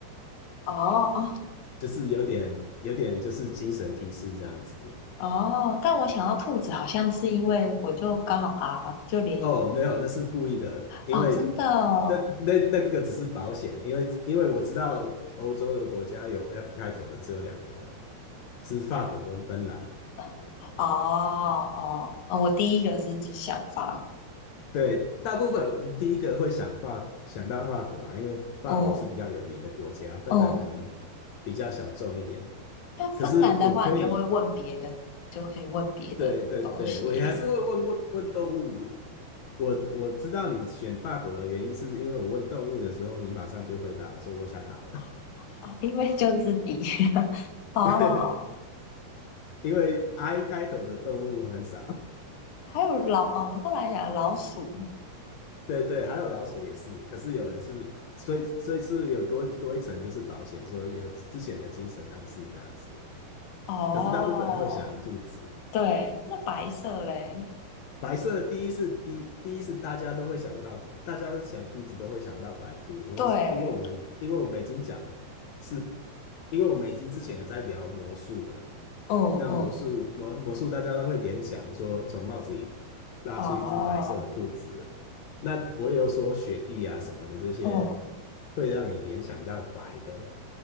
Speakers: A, on the left (about 70°); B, on the left (about 80°).
A: 哦哦
B: 就是有点有点就是精神提示这样子。
A: 哦，但我想到兔子好像是因为我就刚好 R 就连
B: 哦，没有，那是故意的，因为
A: 哦，真的哦，
B: 那那那个只是保险，因为因为我知道欧洲的国家有 F 开头的只有两个，是法国跟芬兰。
A: 嗯哦哦哦，我第一个是指想法，
B: 对，大部分第一个会想法想到法国啊，因为法国是比较有名的国家，
A: 哦
B: 芬兰可能
A: 哦，
B: 比较小众一点。
A: 那芬兰的话，
B: 可是我可以，
A: 你就会问别的，就可以问别的东西，
B: 对对对，我也还是会问问问动物我我知道你选法国的原因，是因为我问动物的时候，你马上就回答说我想好了
A: 啊啊啊！因为就是底 <laughs> 哦，
B: <laughs>，因为 I 开头的动物很少。
A: 还有老哦，后来讲老鼠
B: 对对，还有老鼠也是，可是有人是，所以所以是有多多一层就是保险，说有之前的精神暗示这样子。
A: 哦，
B: 可是大部分人会想兔子，
A: 对，那白色嘞，
B: 白色第一是第第一是大家都会想到，大家想兔子都会想到白兔，因为是因为我们因为我们已经讲
A: 对，
B: 是，因为我们已经之前有在聊魔术了。
A: 嗯嗯，
B: 那魔术魔魔术，大家都会联想说从帽子里拉出一只白色的兔子。
A: 哦
B: 那我也有说雪地啊什么的这些，
A: 哦，
B: 会让你联想到白的